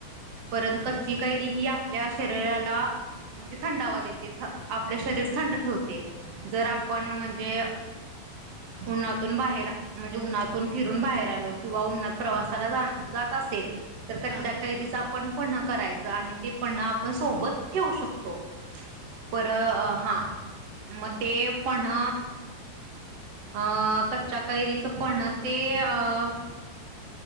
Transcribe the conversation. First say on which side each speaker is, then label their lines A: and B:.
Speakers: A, on the right (about 55°); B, on the right (about 85°).
A: परत कच्ची कैरी ही आपल्या शरीराला म्हणजे थंडावा देते थ आपले शरीर थंड ठेवते. जर
B: हा
A: आपण म्हणजे, उन्हातून बाहेर अ म्हणजे, उन्हातून फिरून बाहेर आलो किंवा उन्हात प्रवासाला जाण जात असेल. तर कच्या
B: हा
A: कैरिचा पण पन्ह करायचं आणि ते पण आपण सोबत ठेवू शकतो. पर
B: बर
A: हां.. मग ते पन्ह अ कच्च्या कैरीचं पन्ह ते अ..